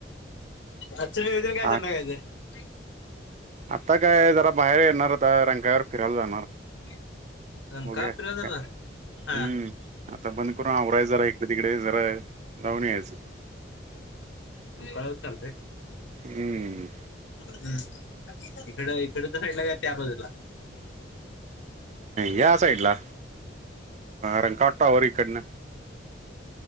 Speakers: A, on the left (about 80°); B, on the right (about 40°).
A: आजच नियोजन काये संध्याकाळच.
B: आ आता काय जरा बाहेर येणारता रंकाळ्यावर फिरायला जाणार.
A: <inaudible>
B: बघुया काय,
A: फिरवायचं ना हा
B: हम्म आता बंद करून आवराय जरा इकडे तिकडे जरा जाऊन यायचं.
A: रंकाळ्याला चालते.
B: हम्म.
A: हम्म इकड इकडच साडला काय त्या बाजूला.
B: या साईडला रंकाट टॉवर इकडनं.